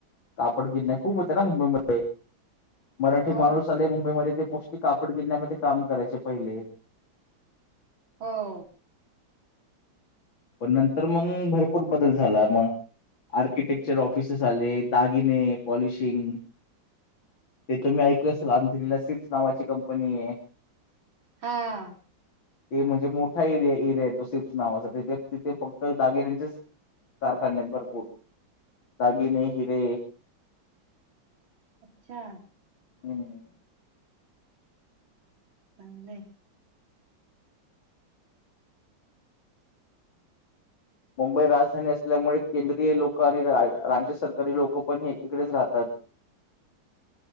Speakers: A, on the left; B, on the right.
A: कापड गिरण्या खूप होत्या ना मुंबईमध्ये, मराठी
B: हो
A: माणूस आले मुंबईमध्ये ते कापड गिरण्यामध्ये काम करायचे पहिले
B: हो.
A: पण नंतर मग भरपूर बदल झाला मग आर्किटेक्चर ऑफिसेस आले. दागिने, पॉलिशिंग ते तुम्ही ऐकले असेल, अंंतरीला स्लिप्स नावाची कंपनी आहे.
B: हा.
A: ते म्हणजे मोठा एरिया एरिया येतो सिप्स नावाचा तिथे तिथे फक्त दागिण्यांचेच कारखाने आहेत भरपूर दागिने, हिरे
B: अच्छा
A: हम्म
B: चांगले आहे.
A: मुंबई राजधानी असल्यामुळे केंद्रीय लोक आणि राज्य सरकारी लोक पण हे इकडेच राहतात.